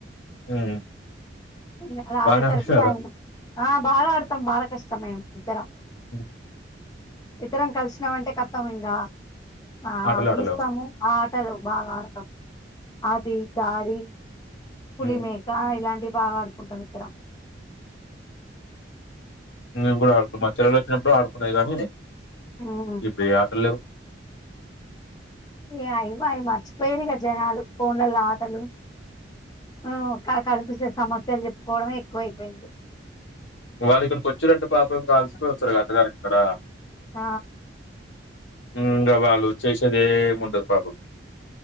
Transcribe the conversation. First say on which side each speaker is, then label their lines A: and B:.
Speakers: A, on the left (about 80°); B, on the left (about 20°).
A: హ్మ్.
B: అదే ఆడే
A: బానే
B: సరికి
A: ఆడుతున్నారు.
B: టైం ఆ బాగా ఆడతాం బాలాకిష్టం మేం ఇద్దరం
A: హు
B: ఇతరం కలిసినామంటే కతాం ఇంకా ఆ
A: ఆటలు
B: గీస్తాము
A: ఆడలేవు.
B: ఆ పట్టదు బాగా ఆడతాం అది దాడి పులిమేక
A: హ్మ్.
B: ఇలాంటి బాగా ఆడుకుంటాం ఇద్దరం
A: మేము కూడా ఆడుకుం మా చెల్లెలు వచ్చినప్పుడు ఆడుకున్నాది కానీ
B: ఉమ్.
A: ఇప్పుడు ఏ ఆటలులేవు
B: ఇ అయిమాయి మర్చిపోయిండ్రు కదా జనాలు ఫోన్లల్లో ఆటలు ఆ క కనిపిస్తే సమస్యలు చెప్పుకోవడమే ఎక్కువైపోయింది
A: వాళ్ళు ఇక్కడికి వచ్చిరంటే పాపం కాల్సిపోవస్తారు గతగారు ఇక్కడ
B: ఆ
A: ఇంక వాళ్ళు చేసేదేముండదు పాపం